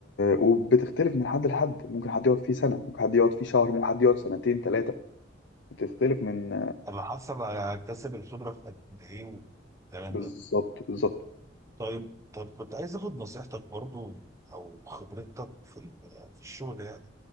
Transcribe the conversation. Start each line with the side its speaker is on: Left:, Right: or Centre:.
Left: وبتختلف من حد لحد ممكن حد يقعد فيه سنه ممكن حد يقعد فيه شهر ممكن حد يقعد سنتين ثلاثه بتختلف من
Right: انا حاسه بقى هكتسب الخبره في قد ايه والكلام
Left: بالظبط
Right: ده
Left: بالظبط
Right: طيب طب كنت عايز اخد نصيحتك برضو او خبرتك في ال- في الشغل يعني